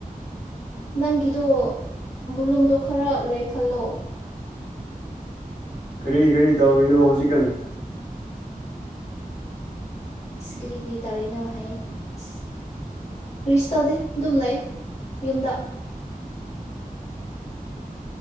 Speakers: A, on the left; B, on the left.
A: ꯅꯪꯒꯤꯗꯣ ꯕꯣꯂꯨꯝꯗꯣ ꯈꯔ ꯂꯩ ꯈꯠꯂꯣ꯫
B: ꯀꯔꯤ ꯀꯔꯤ ꯇꯧꯔꯤꯅꯣ ꯍꯧꯖꯤꯛꯀꯥꯟ꯫
A: ꯏꯁ ꯀ꯭ꯔꯤ ꯀ꯭ꯔꯤ ꯇꯧꯔꯤꯅꯣ ꯍꯥꯏꯌꯦ ꯏꯁ꯫ ꯀꯥꯔꯤꯁꯨ ꯇꯧꯗꯦ ꯑꯗꯨꯝ ꯂꯩꯌꯦ ꯌꯨꯝꯗ꯫